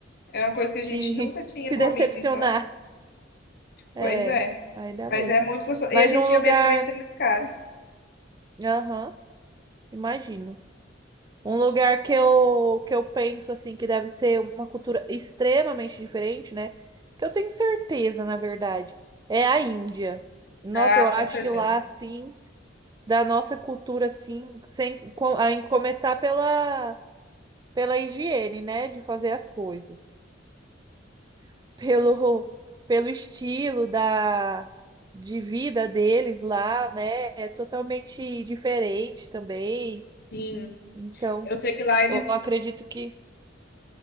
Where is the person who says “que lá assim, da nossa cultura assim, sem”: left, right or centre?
Right